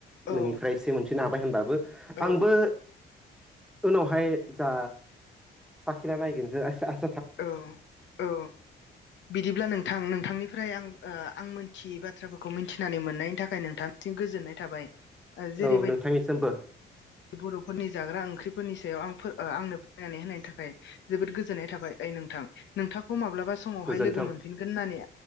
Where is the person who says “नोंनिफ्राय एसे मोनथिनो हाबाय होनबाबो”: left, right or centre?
Centre